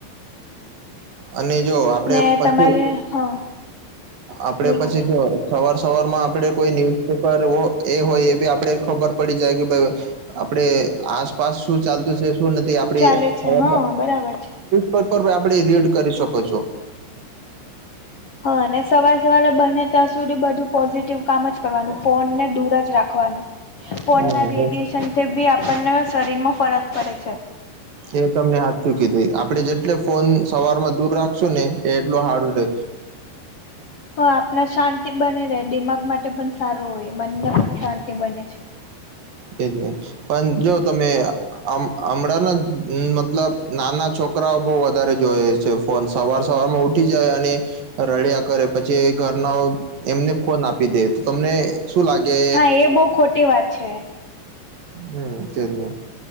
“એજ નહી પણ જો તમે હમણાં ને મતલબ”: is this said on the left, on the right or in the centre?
Right